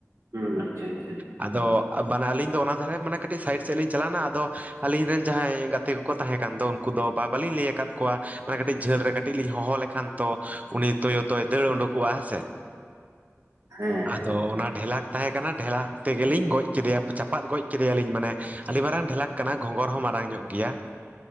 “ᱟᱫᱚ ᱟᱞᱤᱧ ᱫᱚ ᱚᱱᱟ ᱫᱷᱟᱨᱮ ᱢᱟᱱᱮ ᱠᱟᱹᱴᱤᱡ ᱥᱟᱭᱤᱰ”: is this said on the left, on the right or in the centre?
Right